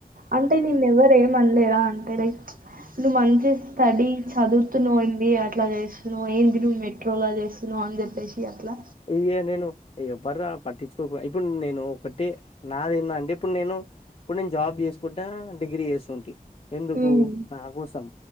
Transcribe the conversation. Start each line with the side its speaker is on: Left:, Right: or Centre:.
Right: అంటే నిన్ను ఎవరేమన ఎలా అంటే లైక్ నువ్వు మంచి స్టడీ చదువుతు నువ్వు ఎంబిఎ అట్లా చేస్తున్నావు ఏంది నువ్వు మెట్రోలా చేస్తున్నావు అని చెప్పేసి అట్లా
Left: ఇగ నేను ఎవ్వర పట్టించుకోక ఇప్పుడు నేను ఒకటి నాది ఎందంటే ఇప్పుడు నేను ఇప్పుడు నేను జాబ్ చేసుకుంటా డిగ్రీ చేసుకుంటి ఎందుకు
Right: ఉమ్,
Left: నా కోసం